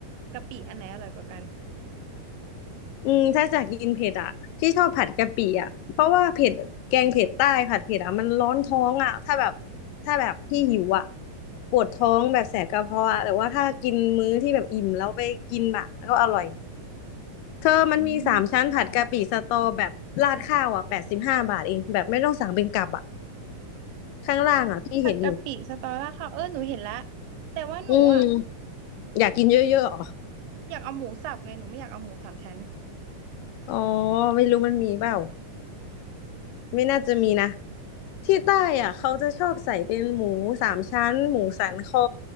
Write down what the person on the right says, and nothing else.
กะปิอันไหนอร่อยกว่ากัน
อืม
ผัดกะปิสตอราค่าเออหนูเห็นละแต่ว่าหนูอ่ะ
อยากเอาหมูสับไงหนูไม่อยากเอาหมูสามชั้น